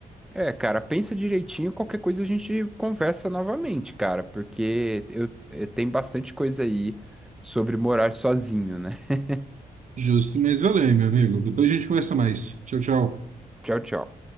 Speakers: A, in the centre; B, on the right.
A: É, cara, pensa direitinho, qualquer coisa a gente conversa novamente, cara, porque eu, eh, tem bastante coisa aí sobre morar sozinho, né? <laughs>
B: Justo, mas valeu, meu amigo. Depois a gente conversa mais. Tchau, tchau.
A: Tchau, tchau.